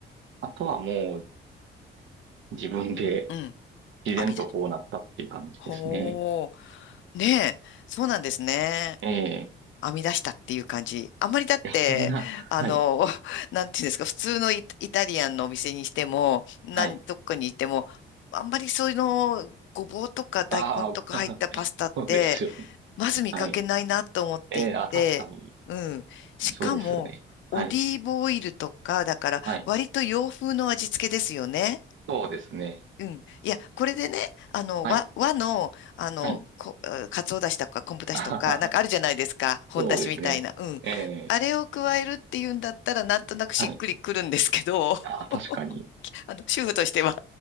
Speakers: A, on the right; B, on the left.
A: あとはもう自分で
B: うん、編
A: 自然とこうなったっていう感じですね。
B: み出し。ほう、ねえ、そうなんですね。
A: ええ
B: 編み出したっていう感じ。あんまりだって、
A: いや、そんな、
B: あの、
A: はい、
B: <laughs> なんていうんですか、普通のイ、イタリアンのお店にしても、何、
A: はい。
B: どっかにいても、あんまりそういうの、ごぼうとか大根とか入ったパスタって、
A: ああ、そうですよね。
B: まず見かけないなと思っていて、
A: はい。ええあ、確かに、
B: うん。しかも、
A: そうですよね。はい、
B: オリーブオイルとか、だから、
A: はい。
B: 割と洋風の味付けですよね。
A: そうですね。
B: うん。いや、これでね、あの、
A: はい、
B: 和、和の、あの、
A: はい。
B: こ、あかつおだしとか昆布だしとか、
A: <laughs> あはは
B: なんかあるじゃないですか。本だしみたいな。
A: そうですね。
B: うん。
A: ええ
B: あれを加えるっていうんだったら、なんとなくしっくりくるんですけど、
A: はい。あ、確かに、
B: <laughs> あの、主婦としては、